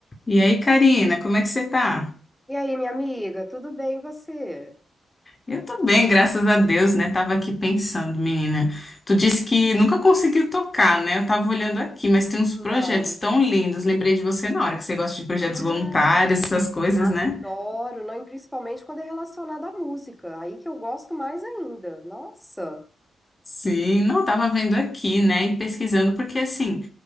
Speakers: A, on the left; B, in the centre.
A: E aí, Karina, como é que você tá?
B: E aí, minha amiga, tudo bem e você?
A: Eu tô bem, graças a Deus, né? Tava aqui pensando, menina. Tu disse que nunca conseguiu tocar, né? Eu tava olhando aqui, mas tem uns projetos
B: Não.
A: tão lindos. Lembrei de você na hora que você gosta de projetos
B: Ai,
A: voluntários, essas coisas,
B: adoro,
A: né?
B: não, e principalmente quando é relacionado à música. Aí que eu gosto mais ainda. Nossa.
A: Sim, não, tava vendo aqui, né? E pesquisando, porque assim.